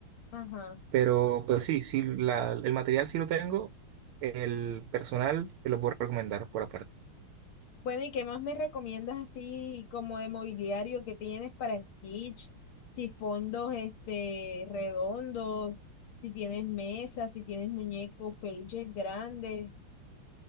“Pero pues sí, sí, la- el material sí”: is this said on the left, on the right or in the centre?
Right